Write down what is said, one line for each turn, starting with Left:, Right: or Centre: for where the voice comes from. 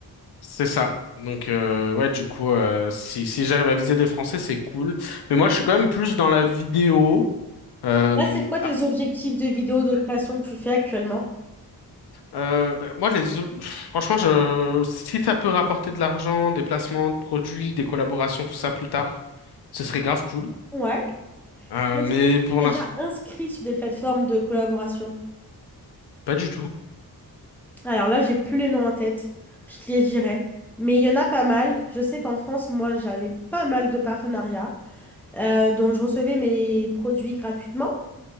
Left: C'est ça. Donc euh, ouais, du coup, euh, si, si j'arrive à viser des français, c'est cool. Mais moi, je suis quand même plus dans la vidéo. Euh,
Centre: Là, c'est quoi tes objectifs de vidéos de création que tu fais actuellement?
Left: Euh, bah, moi, les, ob- pff, franchement, je, si ça peut rapporter de l'argent, des placements de produits, des collaborations, tout ça plus tard, ce serait grave cool.
Centre: Ouais.
Left: Euh,
Centre: Et Est-ce
Left: mais
Centre: que tu
Left: pour l'instant,
Centre: es déjà inscrit sur des plateformes de collaboration?
Left: pas du tout.
Centre: Alors là, j'ai plus les noms en tête, je te les dirai. Mais il y en a pas mal. Je sais qu'en France, moi, j'avais pas mal de partenariats euh, dont je recevais mes produits gratuitement.